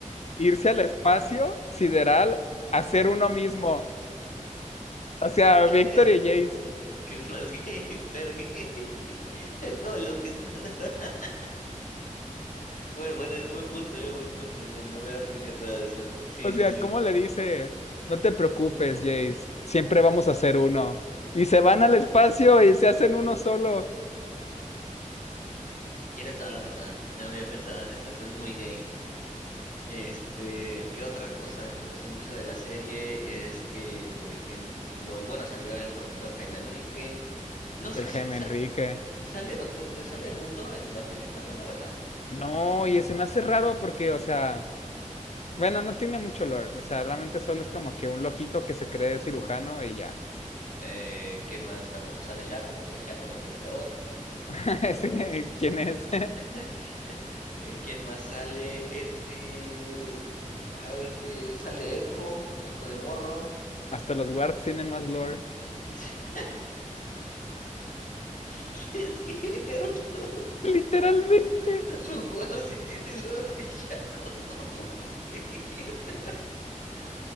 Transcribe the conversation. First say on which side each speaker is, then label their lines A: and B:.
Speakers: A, on the left; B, on the left.
A: irse al espacio sideral a ser uno mismo? O sea,
B: que
A: Víctor y Jace.
B: que es más gay? ¿Ser gay? <laughs> O lo que están. <laughs> Bueno, bueno, buen punto, eh, buen punto. No, no me había percatado de eso. Sí,
A: O
B: sí,
A: sea,
B: sí.
A: ¿cómo le dice? No te preocupes, Jace, siempre vamos a ser uno. Y se van al espacio y se hacen uno solo.
B: Tienes toda la razón. No había pensado en eso. Eso es muy gay. Este, ¿qué otra cosa que me gustó mucho de la serie es que, por ejemplo, bueno, salió el profesor Jaime Enrique. No sé
A: El Jaime
B: si sa-
A: Enrique.
B: eh, sale Doctor, eh, sale Mundo en la serie todavía no, ¿verdad?
A: No, y se me hace raro porque, o sea... Bueno, no tiene mucho lore, o sea, realmente solo es como que un loquito que se cree cirujano y ya.
B: Eh, ¿quién más? Tampoco sale Shaco porque Shaco no tiene lore.
A: <laughs> Ese,
B: Este,
A: ¿Quién
B: <laughs>
A: es? <laughs>
B: eh, ¿quién más sale? Este, a ver, de, sale Echo, Echo de Morro.
A: Hasta los
B: Eh,
A: guards tienen más lore.
B: <laughs> sí, es cierto.
A: <laughs> Literalmente,
B: <laughs> Lugar si tiene el olor a bellaco, no. <laughs> Verga,